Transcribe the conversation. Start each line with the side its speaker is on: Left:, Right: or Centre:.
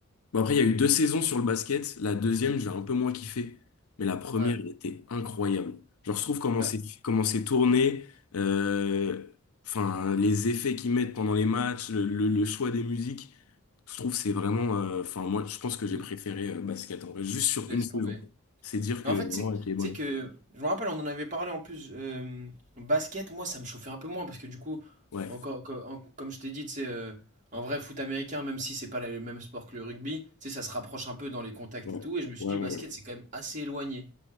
Left: Bon, après, il y a eu deux saisons sur le basket. La deuxième, j'ai un peu moins kiffé. Mais la première,
Right: Ouais.
Left: elle était incroyable. Genre, je trouve comment
Right: Ouais,
Left: c'est comment c'est tourné, euh, enfin, les effets qu'ils mettent pendant les matchs, le, le- le choix des musiques. Je trouve que c'est vraiment. euh, Enfin, moi, je pense que j'ai
Right: l-
Left: préféré euh, basket en vrai, juste sur
Right: Laisse
Left: une saison.
Right: tomber.
Left: C'est dire
Right: Mais
Left: que
Right: en
Left: vraiment,
Right: fait, tu sais
Left: elle
Right: tu
Left: était bonne.
Right: sais que, je me rappelle, on en avait parlé en plus, euh, basket, moi, ça me chauffait un peu moins, parce que du coup,
Left: Ouais,
Right: encore, co- en- comme je t'ai dit, tu sais, euh, un vrai foot américain, même si c'est pas la- le même sport que le rugby, tu sais, ça se rapproche un peu dans les contacts
Left: ouais,
Right: et tout, et je me suis
Left: ouais,
Right: dit,
Left: ouais.
Right: basket,
Left: ouais.
Right: c'est quand même assez éloigné.